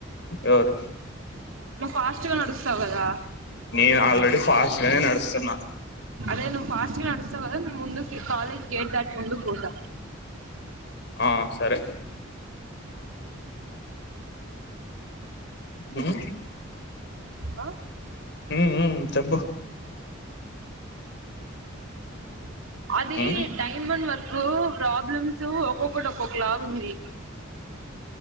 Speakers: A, on the left (about 60°); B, on the right (about 80°).
A: ఎవరు
B: ఫాస్ట్ గా నడుస్తావు కదా
A: నేను ఆల్రెడీ ఫాస్ట్ గానే నడుస్తున్నా
B: అదే నువ్ ఫాస్ట్ంగ్ నడుస్తావ్ కదా ముందు కాలేజ్ గేట్ దాట్ ముందుకు కు పో
A: ఆ సరే ఆ
B: ఆ
A: ఉ చెప్పు
B: అదే
A: ఉమ్
B: డైమండ్ వర్ కు ప్రాబ్లమ్స్ ఒక్కొక్కటి ఒక్కొక్కలాగు ఉంది